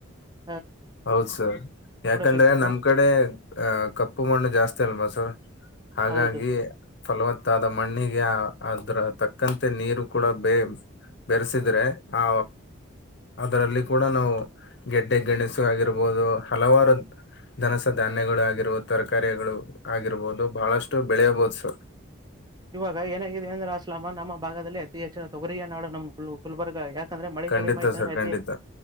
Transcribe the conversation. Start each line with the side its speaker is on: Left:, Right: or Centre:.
Right: ಹ್ಹ
Left: ಹೌದ ಸರ್ ಯಾಕಂದ್ರೆ
Right: ಸಿಗ್ತಾವ
Left: ನಮ್ಮ ಕಡೆ ಅ ಕಪ್ಪು ಮಣ್ಣು ಜಾಸ್ತಿ ಅಲ್ವಾ ಸರ್ ಹಾಗಾಗಿ
Right: ಹೌದು
Left: ಫಲವತ್ತಾದ ಮಣ್ಣಿಗೆ ಆ ಅದ್ರ ತಕ್ಕಂತೆ ನೀರು ಕೂಡ ಬೇ ಬೆರೆಸಿದ್ರೆ ಆ ಅದರಲ್ಲಿ ಕೂಡ ನಾವು ಗೆಡ್ಡೆ ಗಣಿಸು ಆಗಿರ್ಬೋದು ಹಲವಾರು ಧನಸ ಧಾನ್ಯಗಳು ಆಗಿರ್ಬದು ತರಕಾರಿಗಳು ಆಗಿರ್ಬಹುದು ಬಹಳಷ್ಟು ಬೆಳೆಯಬಹುದು ಸರ್
Right: ಇವಾಗ ಏನಾಗಿದೆ ಅಂದ್ರ ಅಸ್ಲಾಮ ನಮ್ಮ ಭಾಗದಲ್ಲಿ ಅತಿ ಹೆಚ್ಚಿನ ತೊಗರಿಯ ನಾಡು ನಮ್ಮ ಗುಲ್ ಗುಲ್ಬರ್ಗ ಯಾಕ್ ಯಾಕ ಅಂದ್ರೆ ಮಳೆ
Left: ಖಂಡಿತ
Right: ಕಡಿಮೆ ಆಯತ ಅಂದೆ
Left: ಸರ್
Right: ಅತಿ
Left: ಖಂಡಿತ